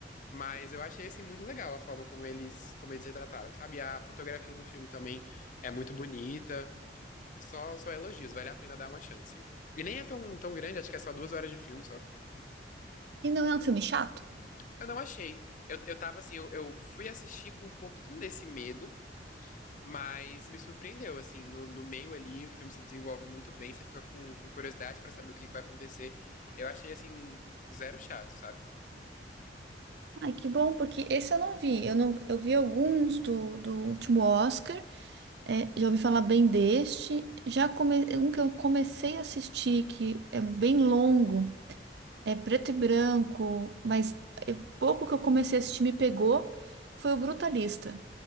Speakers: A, on the left; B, on the right.
A: Mas eu achei assim muito legal a forma como eles como eles retrataram, sabe? A fotografia do filme também é muito bonita. É Só só elogios, vale a pena dar uma chance. E nem é tão, tão grande, acho que é só duas horas de filme só.
B: E não é um filme chato?
A: Eu não achei. Eu, eu tava assim, eu, eu fui assistir com um pouquinho desse medo, mas me surpreendeu, assim, no, no meio ali o filme se desenvolve muito bem, você fica com, com curiosidade pra saber o que que vai acontecer. Eu achei assim, zero chato, sabe?
B: Ai, que bom, porque esse eu não vi. Eu não, eu vi alguns do, do último Oscar. É, já ouvi falar bem deste. Já come... um que eu comecei a assistir, que é bem longo, é preto e branco, mas é pouco que eu comecei a assistir me pegou, foi o Brutalista.